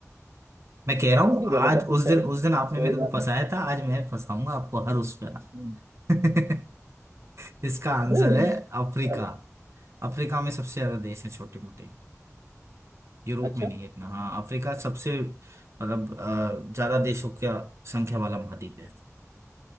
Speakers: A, on the right; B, on the right.
A: मैं कह रहा हूँ
B: हम्म, <laughs> गलत
A: आज
B: है
A: उस
B: चलो
A: दिन उस दिन आपने
B: कोई
A: मेरे को
B: बात
A: फंसाया
B: नहीं
A: था आज मैं फंसाऊंगा आपको हर उस
B: हम्म।
A: पे <laughs> इसका आंसर
B: <laughs>
A: है अफ्रीका
B: चलो
A: अफ्रीका में सबसे ज्यादा देश है छोटे मोटे यूरोप
B: अच्छा
A: में नहीं है इतना हाँ अफ्रीका सबसे मतलब अ, ज्यादा देशों का संख्या वाला महाद्वीप है